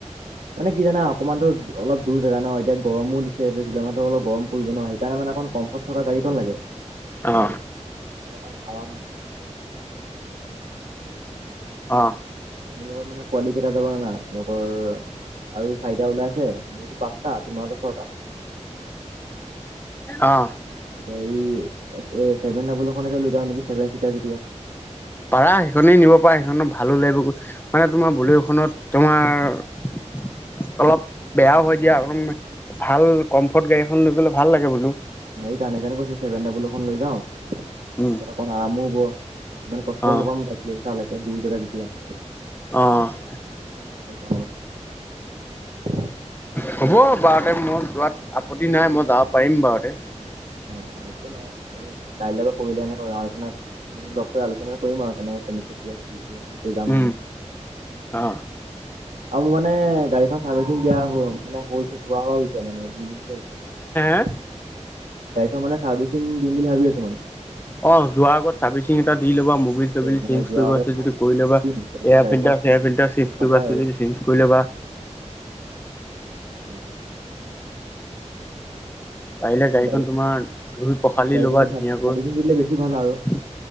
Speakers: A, on the right; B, on the left.
A: মানে কি জানা অকণমানতো অলপ দুৰ জোগা ন এতিয়া গৰমো দিছে এতিয়া জুলাই মাহটো অলপ গৰম পৰিব ন সেইকাৰণে মানে কমফৰ্ট থকা গাড়ীখন লাগে,
B: অ
A: আৰাম
B: অ।
A: মোৰ লগত মানে পোৱালি কেইটা যাব জানা? লগৰ আৰু চাৰিটা ওলাই আছে মোৰতো পাঁচটা তোমাৰটো ছটা
B: অ।
A: এতিয়া এই এ চছেভেন ডাবলখনকে লৈ যাও নেকি চেভেনচিতাৰ যেতিয়া
B: পাৰা সেইখনেই নিব পাৰা সেইখনত ভালো লাগিব গৈ মানে তোমাৰ বলেৰখনত তোমাৰ অলপ বেয়াও হয় দিয়া, অ ভাল কমফৰ্ট গাড়ীখন লৈ গলে ভাল লাগে বোলো
A: এইকাৰণে কাৰণে কৈছো চছেভেন ডাবুল' খন লৈ যাও ইয়াত
B: উম
A: অকণ আৰামো হব ইমান কষ্টও
B: অ
A: নাপাম তালৈকে দূৰ জগা যেতিয়া
B: অহ।
A: মানে <unintelligible>
B: হ'ব বাৰতে মই যোৱাত আপত্তি নাই মই যাব পাৰিম বাৰতে
A: অ একো নাই কাইলৈ বা পৰহিলে এনেক আলোচনা লগ কৰি আলোচনা কৰিম আৰু কেনেকে কেনে কেতিয়া কি যাম
B: উম
A: মানে
B: অ
A: আৰু মোই মানে গাড়ীখন চাৰ্ভিচিং দিয়া হল মানে হৈছে হোৱা হোৱা হৈছে মানে বুলি
B: হ <unintelligible>
A: গাড়ীখন মানে চাৰ্ভিচিং দিম বুলি ভাবি আছো মানে।
B: অ যোৱাৰ আগত চাৰ্ভিচিঙ দি ল'বা মুবিল
A: অ সেইটোৱে
B: চবিল
A: মানে
B: চেঞ্জ
A: যোৱাৰ
B: কৰিব
A: আগত
B: আছে
A: চাৰ্ভিচিং
B: যদি কৰি ল'বা
A: দি দিম তেতিয়া মানে
B: এয়াৰ
A: গাড়ীখন
B: ফিল্টাৰ চেয়াৰ ফিল্টাৰ
A: মানে কষ্ট
B: চেঞ্জকৰিব
A: নাপায়
B: আছে
A: আৰু
B: যদি চে ইউজ কৰি লবা
A: অ
B: পাৰিলে
A: তেতিয়া মানে
B: গাড়ীখন তোমাৰ ধুই পখালি
A: গাড়ীখন
B: ল'বা ধুনীয়াকৈ
A: চাৰ্ভিচিং দিলে বেছি ভাল আৰু